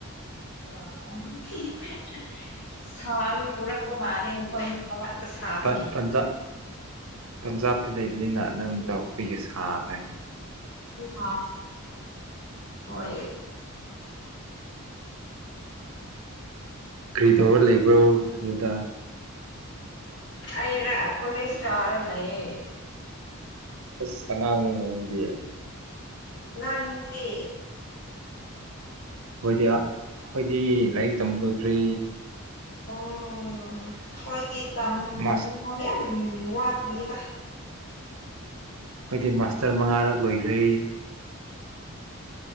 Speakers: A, on the left (about 55°); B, on the right (about 80°).
A: ꯑ ꯁꯥꯕꯅꯤ ꯄꯨꯔꯛꯄ ꯃꯥꯜꯂꯦ ꯑꯩꯈꯣꯏ ꯃꯅꯥꯛꯇ ꯁꯥꯕꯒꯤ
B: ꯄꯟꯖꯥꯕ ꯄꯟꯖꯥꯕꯇ ꯂꯩꯕꯅꯤꯅ ꯅꯪꯅ ꯇꯧꯔꯛꯄꯤꯒꯦ ꯁꯥ ꯍꯥꯏꯅ
A: ꯃ ꯍꯣꯏ
B: ꯀꯔꯤ ꯇꯧꯕ ꯂꯩꯕ꯭ꯔꯣ ꯑꯗꯨꯗ
A: ꯑꯩꯔ ꯀꯣꯂꯦꯖ ꯀꯥꯔꯦ ꯂꯩꯌꯦꯦ
B: ꯑꯁ ꯑꯉꯥꯡꯅꯤ ꯅꯗꯤꯌꯦ
A: ꯅꯗꯤ
B: ꯍꯣꯏꯗꯤ ꯑꯩꯣꯏꯗꯤ ꯂꯥꯏꯔꯤꯛ ꯇꯝꯕ ꯂꯣꯏꯈ꯭ꯔꯦ
A: ꯑꯣ ꯍꯣꯏꯗꯤ ꯇꯝ
B: ꯃꯥꯁ
A: ꯍ ꯎ ꯋꯥꯠꯃꯤꯗ
B: ꯑꯩꯣꯏꯗꯤ ꯃꯥꯁꯇꯔ ꯃꯉꯥꯔꯛ ꯂꯣꯏꯈ꯭ꯔꯦ